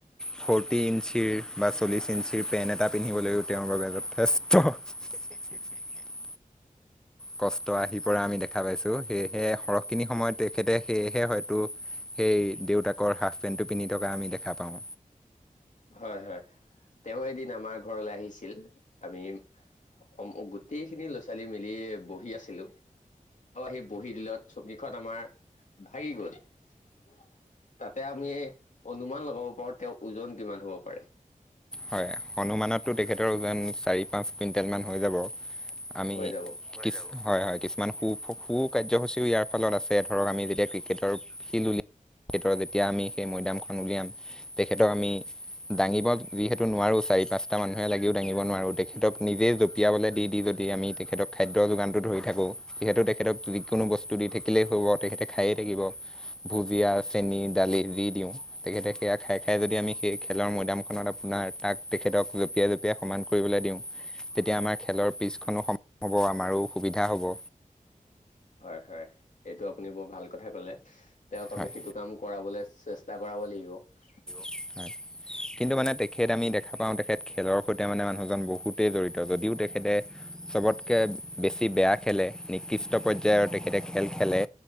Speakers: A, in the centre; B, on the left.
A: ফৰ্টি ইঞ্চিৰ বা চল্লিশ ইঞ্চিৰ পেণ্ট এটা পিন্ধিবলৈও তেওঁৰ বাবে যথেষ্ট <inaudible> কষ্ট আহি পৰা আমি দেখা পাইছো সেয়েহে সৰহখিনি সময়ত তেখেতে সেয়েহে হয়তো। সেই দেউতাকৰ হাফ পেণ্টটো পিন্ধি থকা আমি দেখা পাওঁ
B: হয় হয় তেওঁ এদিন আমাৰ ঘৰলৈ আহিছিল আমি অসম গোটেইখিনি ল'ৰা ছোৱালী মিলি বহি আছিলো আৰু আহি বহি দিলত- ছকিখন আমাৰ ভাগি গল <unintelligible> তাতে আমি অনুমান লগাব পাৰো তেওঁৰ ওজন কিমান হ'ব পাৰে।
A: হয় হনুমানতটো তেখেতৰ ওজন চাৰি পাঁচ কুইণ্টেল মান হৈ যাব। আমি
B: হৈ যাব
A: কি হয় হয়। কিছুমান সু সু কাৰ্যসূচীও ইয়াৰ ফলত আছে ধৰক আমি যেতিয়া ক্ৰিকেটৰ খিল উল তেখেতৰ যেতিয়া আমি সেই মৈদামখন উলিয়াম তেখেতক আমি দাঙিব। যিহেতু নোৱাৰোঁ চাৰি পাঁচটা মানুহে লাগিও দাঙিব নোৱাৰোঁ তেখেতক নিজেই জপিয়াবলৈ দি দি যদি আমি তেখেতক খাদ্যৰ যোগানটো ধৰি থাকোঁ যিহেতু তেখেতক যিকোনো বস্তু দি থাকিলেই হ'ব তেখেতে খায়েই থাকিব। ভুজিয়া চেনি দালি যি দিওঁ তেখেতে সেয়া খাই খাই যদি আমি সেই খেলৰ মৈদামখনত আপোনাৰ তাক তেখেতক জপিয়াই জপিয়াই সমান কৰিবলৈ দিওঁ তেতিয়া আমাৰ খেলৰ পিছখনো সম হ'ব আমাৰো সুবিধা হ'ব।
B: হয় হয় এইটো আপুনি বৰ ভাল কথা কলে তেওঁক
A: হয়
B: আমি সেইটো কাম কৰাবলৈ চেষ্টা কৰা। তবলিব। <unintelligible>
A: হয় কিন্তু মানে- <unintelligible> তেখেত আমি দেখা পাওঁ তেখেত খেলৰ সৈতে মানে মানুহজন বহুতেই জড়িত যদিও তেখেতে চবতকৈ <unintelligible> বেছি বেয়া খেলে নিকৃষ্ট পৰ্যায়ৰ তেখেতে খেল খেলে